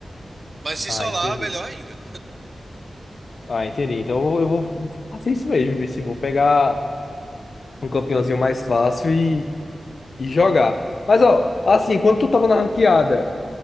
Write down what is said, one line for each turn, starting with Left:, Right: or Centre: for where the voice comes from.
Right: Mas se
Left: Ah,
Right: solar,
Left: entendi.
Right: melhor ainda.
Left: Ah, entendi. Então eu vou, eu vou fazer isso mesmo, viu? Se vou pegar um campeãozinho mais fácil e, e jogar. Mas, ó, assim, quando tu tava na ranqueada,